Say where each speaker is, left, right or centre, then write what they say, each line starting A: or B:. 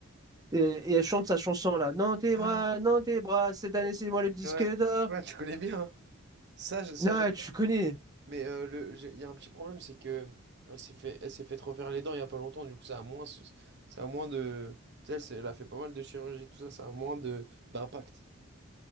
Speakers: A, on the right (about 20°); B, on the right (about 55°).
A: Et, et elle chante sa chanson là. Non, tes
B: Ah,
A: bras, non, tes bras, cette année, c'est moi le disque
B: ouais.
A: d'or.
B: Ouais, tu connais bien. hein. Ça, je- ça
A: Non,
B: j'adore.
A: ouais, tu connais.
B: Mais euh, le, j'ai- il y a un petit problème, c'est que elle s'est fait, elle s'est fait refaire les dents il y a pas longtemps. Du coup, ça a moins, ce- ça a moins de. Tu sais, elle, s'est- elle a fait pas mal de chirurgie, tout ça, ça a moins de d'impact.